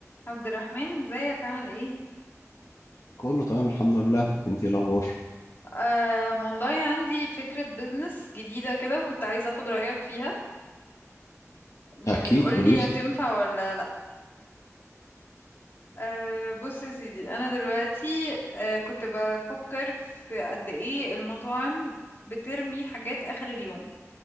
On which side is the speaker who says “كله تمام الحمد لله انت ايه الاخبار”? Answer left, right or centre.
Left